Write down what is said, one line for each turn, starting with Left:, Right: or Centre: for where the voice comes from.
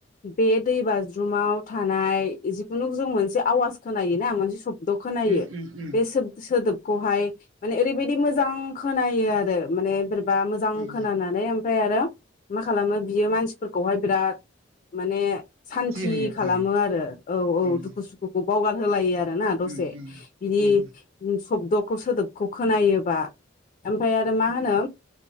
Left: बे दै बाज्रुमाव थानाय जिखुनु जों मोनसे आवाज खोनायोना मोनसे सब द खोनायो
Right: उम उम उम
Left: बे सोब-सोदोब खौहाय माने ओरैबायदि मोजां खोनायो आरो माने बोरैबा मोजां
Right: उम
Left: खोनानानै ओमफ्राय आरो मा खालामो बियो मानसिफोरखौहाय बिराद माने सान्ति
Right: जि होयो
Left: खालामो
Right: ओं
Left: आरो औ औ
Right: उम
Left: दुखु सुखुखौ बावगार होलायो आरोोयना दसे
Right: उम उम
Left: बिदि
Right: उम
Left: सब्द'खौ सोदोबखौ खोनायोबा ओमफ्राय आरो मा होनो